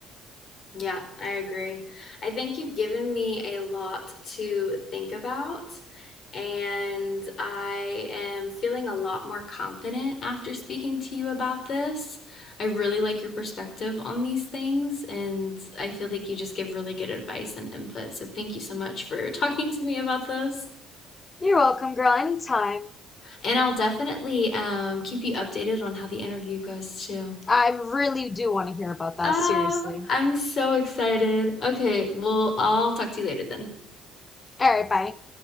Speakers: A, on the left; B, on the left.
A: Yeah, I agree. I think you've given me a lot to think about, and I am feeling a lot more confident after speaking to you about this. I really like your perspective on these things, and I feel like you just give really good advice and input. So thank you so much for <laughs> talking to me about this.
B: You're welcome, girl, anytime.
A: And I'll definitely um, keep you updated on how the interview goes too.
B: I really do want to hear about that,
A: Ah,
B: seriously.
A: I'm so excited. Okay, well, I'll talk to you later then.
B: All right, bye.